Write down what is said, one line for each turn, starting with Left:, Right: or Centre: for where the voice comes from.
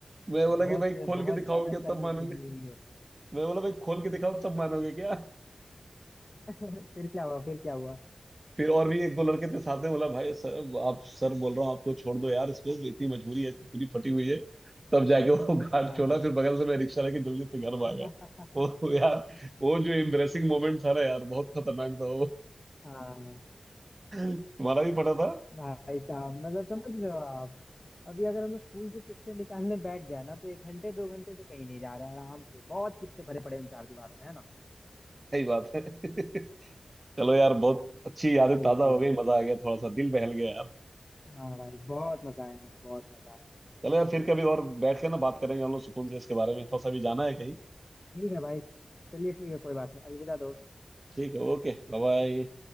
Right: मैं
Left: तो
Right: बोला
Left: बहुत
Right: कि भाई खोल
Left: बहुत
Right: के दिखाओ
Left: ज्यादा
Right: क्या
Left: शर्मिंदगी
Right: तब मानोगे
Left: हुई होगी
Right: मैं बोला भाई खोल के दिखाओ तब मानोगे क्या
Left: <laughs> फिर क्या हुआ फिर क्या हुआ
Right: फिर और भी एक दो लड़के थे साथ में बोला भाई सर आप सर बोल रहा हूँ आपको छोड़ दो यार इसको इतनी मजबूरी है इसकी पूरी फटी हुई है तब जाके वो <laughs> घाट
Left: हाँ
Right: छोड़ा
Left: हाँ
Right: फिर बगल से मैं रिक्शा लेके जल्दी से घर भागा
Left: <laughs>
Right: वो यार वो जो एम्बरेसिंग मोमेंट था ना यार बहुत खतरनाक था वो
Left: हाँ
Right: तुम्हारा भी फटा था
Left: भाई साहब मतलब समझ रहे हो आप अभी अगर हम लोग स्कूल के किस्से निकालने बैठ जाए ना तो एक घंटे दो घंटे तो कहीं नहीं जा रहे हैं आराम से बहुत किस्से भरे पड़े हैं उन चार दीवारों में है ना
Right: सही बात है <laughs> चलो यार बहुत अच्छी यादें
Left: बिल्कुल
Right: ताजा हो गई
Left: बिल्कुल
Right: मजा आ गया थोड़ा सा दिल बहल गया यार
Left: हाँ भाई बहुत मजा आया बहुत मजा आया
Right: चलो यार फिर कभी और बैठ के ना बात करेंगे हम लोग सुकून से इसके बारे में थोड़ा सा भी जाना है कहीं
Left: ठीक है भाई चलिए ठीक है कोई बात नहीं अलविदा दोस्त
Right: ठीक है ओके बाय बाय